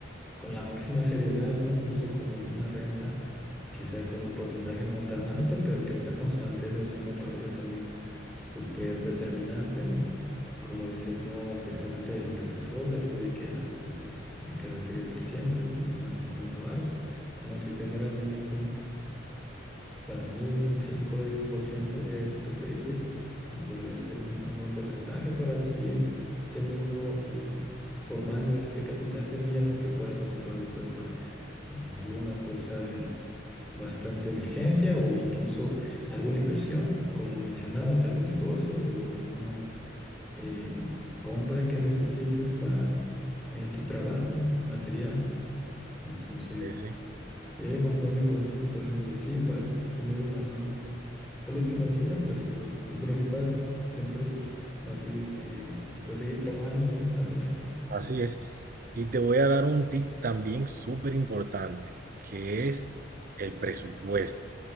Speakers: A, in the centre; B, on the right.
A: con la máxima seriedad, ¿no? Justo como una renta, quizá con un porcentaje no tan alto, pero que sea constante, eso sí me parece también súper determinante, ¿no? Como dices, no exactamente de lo que te sobra, así de que, ah, pues, de que retire 300 y nomás 50 varos, no, si tener al menos un, para mí, un 5 o 10% de tu payslip podría ser un, un buen porcentaje para ir teniendo... eh, formando este capital semilla, ¿no? Que puedas ocupar después alguna cosa de bastante emergencia o incluso alguna inversión, como mencionabas, algún negocio o alguna eh, compra que necesites para eh, tu trabajo, material. Entonces,
B: Sí, sí.
A: sí hay un montón de cosas que podríamos decir para tener una buena salud financiera, pero sí lo, lo principal es siempre va a seguir, eh, pues seguir trabajando, ¿no? Natanael?
B: Así es. Y te voy a dar un tip también súper importante, que es el presupuesto.